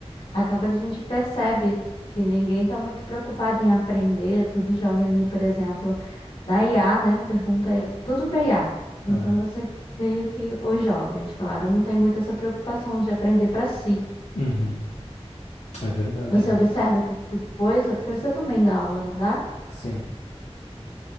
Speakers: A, on the left; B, on the left.
A: Acaba que a gente percebe que ninguém está muito preocupado em aprender, tudo joga ali, por exemplo, na IA, né? Pergunta tudo para IA. Então
B: É.
A: você meio que os jovens, claro, não tem muito essa preocupação de aprender para si.
B: Uhum. É verdade,
A: Você
B: é uma...
A: observa esse tipo de coisa, porque você também dá aula, não dá?
B: sim.